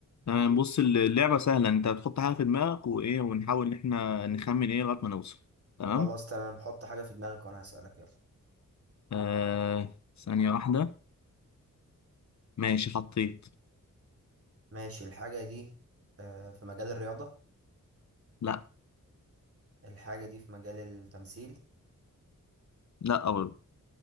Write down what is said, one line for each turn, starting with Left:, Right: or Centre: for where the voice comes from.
Left: تمام بص اللعبة سهلة انت بتحط حاجة في دماغك وايه ونحاول ان احنا نخمن ايه لغاية ما نوصل تمام
Right: خلاص تمام حط حاجة في دماغك وأنا هسألك يلا
Left: آه ثانية واحدة ماشي حطيت
Right: ماشي الحاجة دي آه، في مجال الرياضة
Left: لا
Right: الحاجة دي في مجال التمثيل
Left: لا برضه